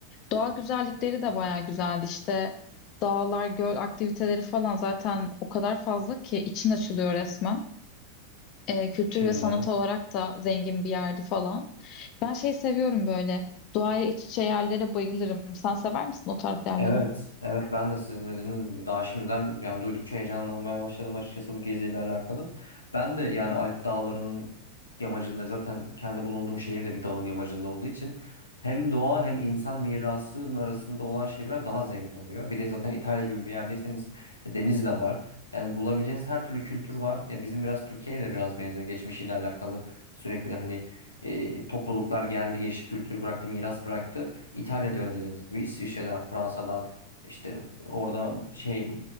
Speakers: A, on the left (about 40°); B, on the left (about 80°).
A: Doğa güzellikleri de bayağı güzeldi. işte dağlar, göl aktiviteleri falan zaten o kadar fazla ki için açılıyor resmen. Ee, kültür
B: Şimdiden.
A: ve sanat olarak da zengin bir yerdi falan. Ben şey seviyorum böyle. Doğayla iç içe yerlere bayılırım. Sen sever misin o tarz yerleri?
B: Evet, evet ben de sizin dediğiniz gibi daha şimdiden yani duydukça heyecanlanmaya başladım açıkçası bu geziyle alakalı. Ben de yani Alp Dağları'nın yamacında zaten kendi bulunduğum şehir de bir dağın yamacında olduğu için hem doğa hem insan mirasının arasında olan şeyler daha zengin oluyor. Bir de zaten İtalya gibi bir yerdeyseniz e, deniz de var. Yani bulabileceğiniz her türlü kültür var. Ya bizim biraz Türkiye'ye de biraz benziyor geçmişiyle alakalı sürekli hani e, topluluklar geldi geçti kültür bıraktı miras bıraktı. İtalya'da öyle dediğimiz gibi İsviçre'den, Fransa'dan işte orada şey